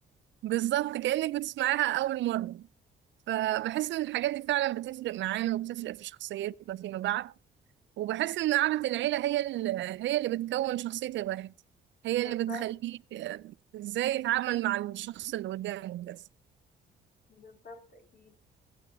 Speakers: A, on the right; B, on the left.
A: بالظبط كأنك بتسمعيها أول مرة فبحس إن الحاجات دي فعلا بتفرق معانا وبتفرق في شخصيتنا فيما بعد وبحس ان قعدة العيلة هي ال- هي اللي بتكون شخصية الواحد هي
B: بالظبط
A: اللي بتخليه آه، ازاي يتعامل مع الشخص اللي قدامه كده
B: بالظبط اكيد